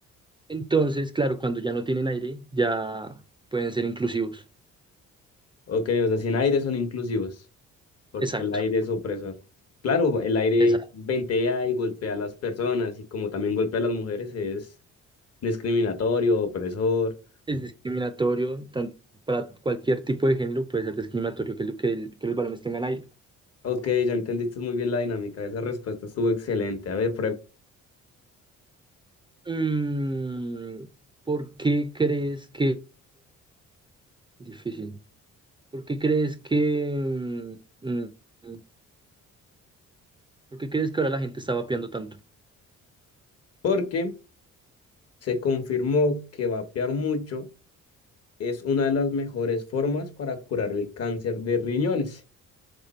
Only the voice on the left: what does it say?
Ok, o sea, sin aire son inclusivos, porque
el aire es opresor. Claro, el aire
ventea y golpea a las personas y como también golpea a las mujeres es discriminatorio, opresor.
Ok, ya entendiste muy bien la dinámica, esa respuesta estuvo excelente. A ver,
porque se confirmó que vapear mucho es una de las mejores formas para curar el cáncer de riñones.